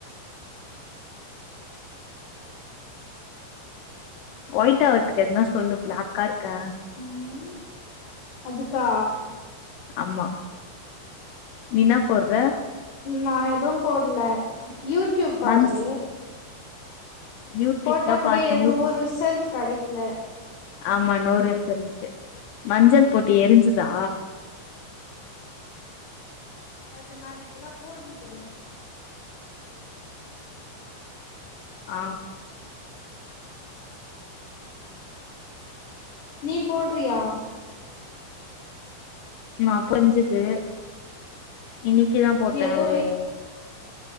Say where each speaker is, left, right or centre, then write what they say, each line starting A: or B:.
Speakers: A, on the left (about 80°); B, on the left (about 65°).
A: ஒயிட்டா ஆவுரதுக்கு எதுனா சொல்லு பிளாக்கா இருக்க
B: ம் அதுக்கா
A: அம்மா நீ என்னா போடுற
B: நா எதும் போட்ல யூடியூப் பாரு
A: மஞ்ச யூடியூப்ல
B: போட்டா கூட
A: பாத்தே
B: எது
A: ஊத்திச்சு
B: ரிசல்ட் கெடைக்கல
A: ஆமா நூறு சொல்ட்டு மஞ்சள் போட்டு எரிஞ்சுதா
B: அது நான் இப்பல்லா போடுறதுல்ல
A: ஆ
B: நீ போடுறியா
A: நா புரிஞ்சுது இன்னிக்குதா போட்டே
B: ஏதோ
A: அவுரு